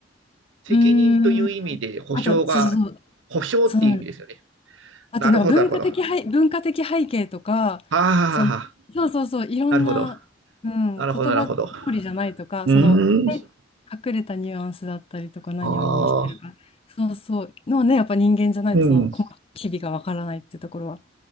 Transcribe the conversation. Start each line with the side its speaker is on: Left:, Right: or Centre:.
Right: 責任という意味で保証が、
Left: う。うーん。あと、そうそうそう。
Right: 保証っていう意味ですよね。
Left: そうあとなんか文化的背、
Right: なるほど、なるほど。は
Left: 文化的背景とか、
Right: あ、はあはあ、
Left: その、そうそうそう、いろんな、
Right: なるほど。
Left: うん、
Right: なるほど、
Left: 言葉通りじゃないとか、
Right: なるほど。うーん。
Left: その、え隠れたニュアンスだったりとか、何を意味してるか、
Right: ああ、
Left: そうそう、のね、やっぱ人間じゃないと、
Right: うん。
Left: その、細かい機微がわからないってところは